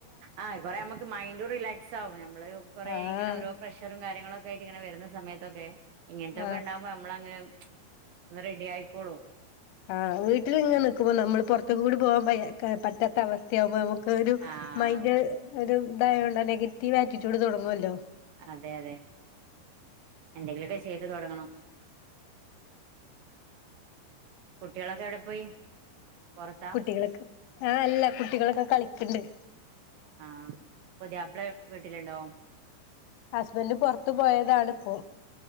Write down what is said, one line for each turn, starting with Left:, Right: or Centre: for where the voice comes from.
Right: ആ കൊറേ അമ്മക്ക് മൈൻഡും റിലാക്സാവെ അമ്മള് കൊറേങ്ങനെ
Left: ആഹ്
Right: ഓരോ പ്രഷറും കാര്യങ്ങളൊ ക്കേയിട്ട്ങ്ങനെ വര്ന്ന സമയത്തൊക്കെ ഇങ്ങൻത്തൊക്കെണ്ടാവുമ്പോ
Left: ആഹ്
Right: ഞമ്മളങ്ങ് അങ്ങ് റെഡി ആയിക്കോളു.
Left: ആ വീട്ട്ല് ഇങ്ങെ നിക്കുമ്പോ നമ്മള് പൊർത്തൊക്കെ കൂടി പോകാൻ പയ്യ പറ്റാത്ത അവസ്ഥയാകുമ്പോ ഒരു
Right: ആഹ്
Left: മൈന്റ് ഒരു ഇതായേണ്ട നെഗറ്റീവ് ആറ്റിറ്റ്യൂഡ് തുടങ്ങുവാ ല്ലോ
Right: അതെ അതെ എന്തെങ്കിലുമൊക്കെ ചെയ് ചെയ്ത് തുടങ്ങണം. കുട്ടികളൊക്കെ എവിടെ പോയി? പുറത്താ
Left: കുട്ടികളക്കെ ആ അല്ല കുട്ടികളൊക്കെ കളിക്ക്ണ്ട്.
Right: ആഹ് പുതിയാപ്ല വീട്ടിലുണ്ടോ?
Left: ഹസ്ബന്റ് പുറത്തു പോയതാണിപ്പോ.